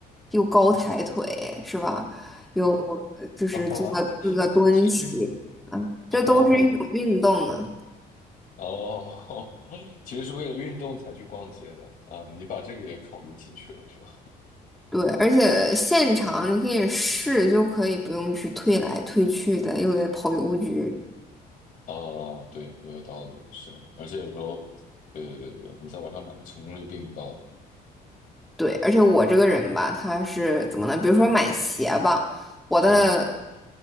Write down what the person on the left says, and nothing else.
<laughs> 啊，所以说，
哦哦，<laughs> 其实是为了运动才去逛街的啊，你把这个也考虑进去了是吧？
啊，对，也有道理，是，而且有时候，对对对对，你在网上买的成功率并不高，
嗯，